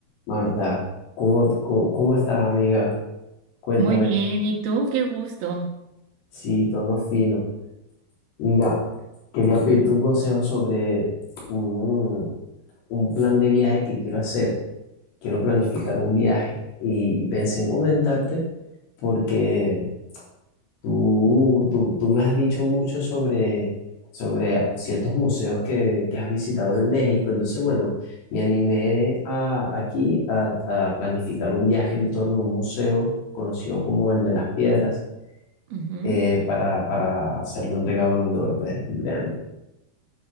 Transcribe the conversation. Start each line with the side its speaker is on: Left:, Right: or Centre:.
Left: Marta, ¿cómo, cómo, cómo estás, amiga? Cuéntame.
Right: Muy bien, ¿y tú? Qué gusto.
Left: Sí, todo fino. Mira, quería pedirte un consejo sobre un, un plan de viaje que quiero hacer. Quiero planificar un viaje y, y pensé en comentarte porque Tú, tú, tú me has dicho mucho sobre, sobre ciertos museos que, que has visitado en México, entonces bueno, me animé a, aquí a, a planificar un viaje en torno a un museo conocido como el de las piedras
Right: Ujú.
Left: eh, para, para hacerle un regalo a mi novio pues, de cumpleaños.